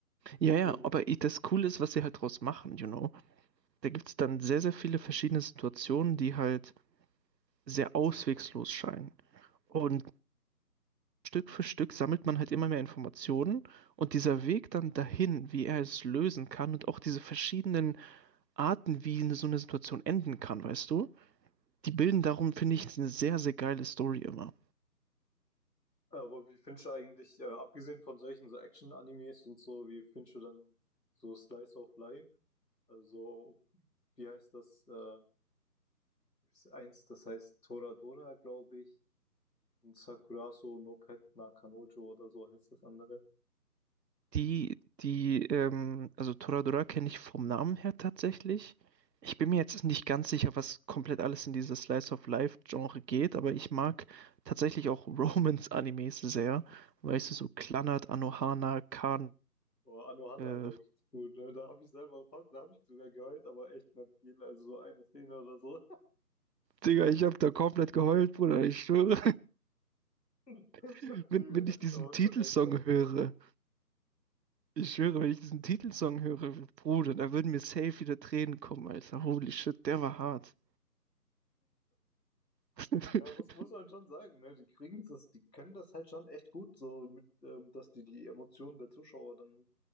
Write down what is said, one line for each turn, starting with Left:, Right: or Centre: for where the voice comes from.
Right: Ja, ja,
Left: Ähm,
Right: aber i- das Coole ist, was sie halt draus machen, you know. Da gibt es dann sehr, sehr viele verschiedene Situationen, die halt sehr auswegslos scheinen. Und Stück für Stück sammelt man halt immer mehr Informationen und dieser Weg dann dahin, wie er es lösen kann und auch diese verschiedenen Arten, wie eine, so eine Situation enden kann, weißt du? Die bilden darum, finde ich, eine sehr, sehr geile Story immer.
Left: Aber wie findest du eigentlich, äh, abgesehen von solchen so Action-Animes und so, wie findest du dann so Slice of Life? Also, so, wie heißt das? Äh, gibt's eins, das heißt Toradora, glaube ich. Und Sakuraso no Pet na Kanojo oder so heißt das andere.
Right: Die, die, ähm, also Toradora kenne ich vom Namen her tatsächlich. Ich bin mir jetzt nicht ganz sicher, was komplett alles in dieses Slice of Life-Genre geht, aber ich mag tatsächlich auch <laughs> Romance-Animes sehr. Weißt du, so Clannad, Anohana, Kan.
Left: Oh, Anohana
Right: Äh,
Left: war richtig gut. Ne? Da habe ich selber fast, da habe ich sogar geheult, aber echt nicht viel. Also so eine Träne oder so.
Right: Digga, ich habe da komplett geheult, Bruder, ich schwöre.
Left: <laughs> Die
Right: <laughs> Wenn, wenn
Left: hättet
Right: ich diesen
Left: aber
Right: Titelsong
Left: schon echt hart.
Right: höre,
Left: ne?
Right: Ich schwöre, wenn ich diesen Titelsong höre, Bruder, da würden mir safe wieder Tränen kommen, Alter. Holy shit, der war hart. <laughs>
Left: Ja, muss, muss man schon sagen, ne? Die kriegen das, die können das halt schon echt gut, so mit, ähm, dass die die Emotionen der Zuschauer dann,